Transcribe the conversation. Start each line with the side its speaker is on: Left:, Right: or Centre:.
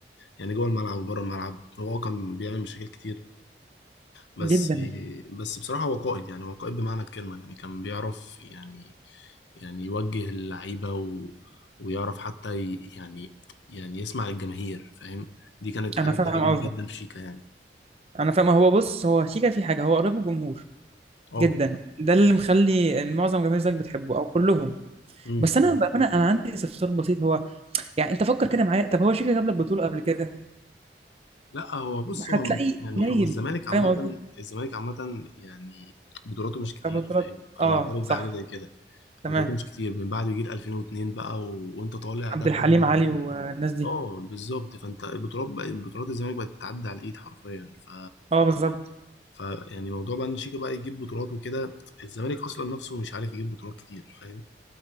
Left: يعني جوه الملعب وبره الملعب هو كان بيعمل مشاكل كتير بس
Right: جدا
Left: بس بصراحة هو قائد يعني هو قائد بمعنى الكلمة يعني كان بيعرف يعني يعني يوجه اللعيبة و... ويعرف حتى ي... يعني يعني يسمع الجماهير فاهم دي كانت
Right: انا
Left: حاجة
Right: فاهم
Left: بتعجبني
Right: قصدك
Left: جدا في شيكا يعني
Right: انا فاهم هو بص هو شيكا في حاجه هو قريب من الجمهور
Left: اه
Right: جدا ده اللي مخلي معظم جماهير الزمالك بتحبه او كلهم
Left: أمم.
Right: بس انا بامانه انا عندي استفسار بسيط هو يعني انت فكر كده معايا طب هو شيكا جاب لك بطوله قبل كده
Left: لا هو بص هو
Right: هتلاقي
Left: يعني
Right: قليل
Left: هو الزمالك عامة
Right: فاهم قصدي
Left: الزمالك عامة يعني بطولاته مش كتير
Right: كبطولات
Left: فاهم أنا
Right: اه
Left: معترف
Right: صح
Left: بحاجة زي كده
Right: تمام
Left: بطولاته مش كتير من بعد جيل 2002 بقى و... وأنت طالع ده
Right: عبد
Left: كله
Right: الحليم علي والناس دي
Left: اه بالظبط فانت البطولات بقى البطولات الزمالك بقت تتعدى على الايد حرفيا ف
Right: اه بالظبط
Left: ف يعني موضوع بقى ان شيكا بقى يجيب بطولات وكده الزمالك اصلا نفسه مش عارف يجيب بطولات كتير فاهم